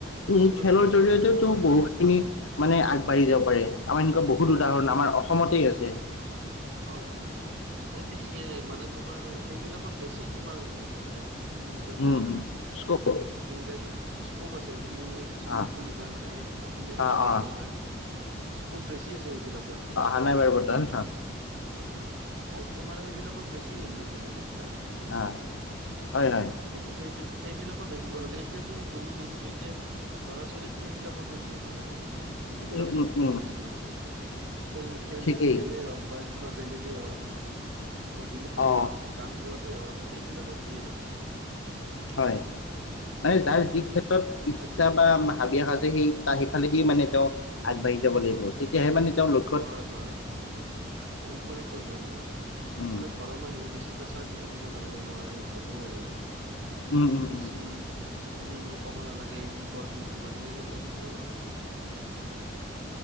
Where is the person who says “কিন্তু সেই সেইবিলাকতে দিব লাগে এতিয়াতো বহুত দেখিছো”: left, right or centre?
Right